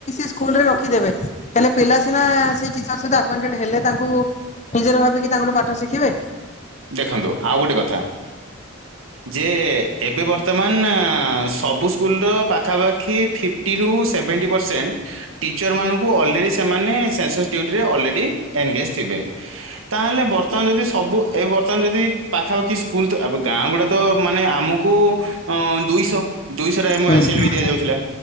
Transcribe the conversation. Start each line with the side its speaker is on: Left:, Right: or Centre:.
Left: ସ୍କୁଲରେ ରଖିବେ କ ପିଲାନା ସେଟିର ସହିତଟ ହେଲେ ତା ନିଜର ଭାବିକି ତାଙ୍କଠୁ ପାଠ ଶିଖିବେ।
Right: ଦେଖନ୍ତୁ ଆଉ ଗୋଟେ କଥା ଯେ ଏବେ ବର୍ତ୍ତମାନ ସବୁ ସ୍କୁଲର ପାଖାପାଖି ଫିଫ୍ଟି ରୁ ସେଭେଣ୍ଟି ପରସେଣ୍ଟ ଟିଚର ମାନଙ୍କୁ ଅଲରେଡ଼ି ସେମାନେ ସେନ୍ସସ୍ ଡଡିୁଟିରେ ଅଲରେଡ଼ି ଏ ଗସ୍ସିିବି ତାହେଲେ ବର୍ତ୍ତମାନ ଯଦି ସବୁ ଏବେ ବର୍ତ୍ତମାନ ଯଦି ପାଖାପାଖି ସ୍କୁଲ ଆ ଗାଁ ଗୁଡା ତ ମାନେ ଆମକୁ ଅ ଦୁଇଶହ ଦୁଇଶହ ଟା
Left: ହଁ
Right: ଆମ ଏଚଏଲ୍ ବି ଦିଆଯାଉଥିଲା